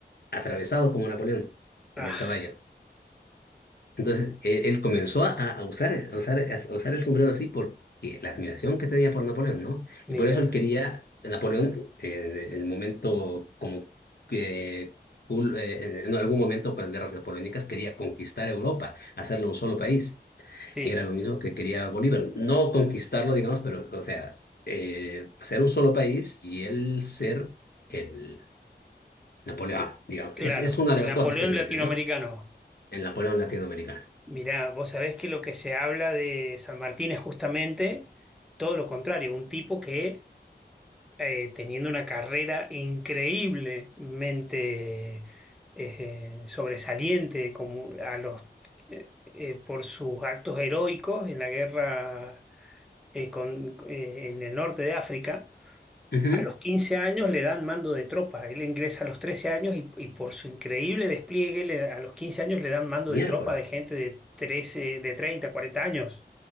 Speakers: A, on the left; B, in the centre.
A: atravesado como Napoleón en
B: Ah,
A: el caballo. Entonces, él, él comenzó a, a usar, a usar, a usar el sombrero así porque la admiración que tenía por Napoleón, ¿no?
B: mira,
A: Y por eso él quería, Napoleón, eh, en el momento como que, cul- eh, en algún momento con las guerras napoleónicas, quería conquistar Europa, hacerlo un solo país.
B: sí,
A: Era lo mismo que quería Bolívar, no conquistarlo, digamos, pero, o sea, eh, hacer un solo país y él ser el Napoleón, digamos.
B: claro,
A: Es, es una
B: el
A: de las
B: Napoleón
A: cosas que se
B: latinoamericano.
A: dice, ¿no? El Napoleón latinoamericano.
B: Mirá, vos sabés que lo que se habla de San Martín es justamente todo lo contrario, un tipo que eh, teniendo una carrera increíblemente eh, sobresaliente como a los, eh, eh, por sus actos heroicos en la guerra eh, con- eh, en el norte de África.
A: Ujú.
B: A los 15 años le dan mando de tropa. Él ingresa a los 13 años y, y por su increíble despliegue le- a los 15 años le dan mando
A: Miércoles.
B: de tropa de gente de 13, de 30, 40 años.